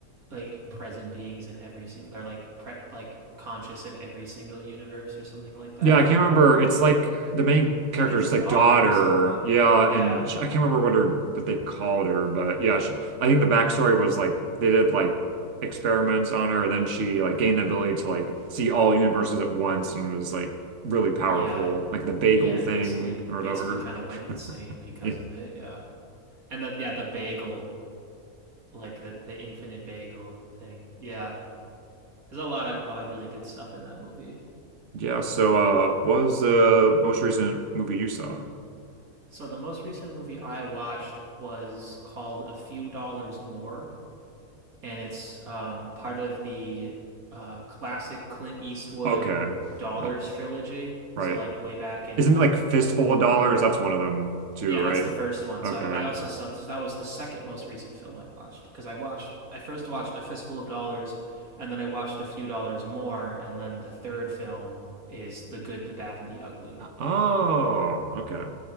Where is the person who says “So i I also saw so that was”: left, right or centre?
Right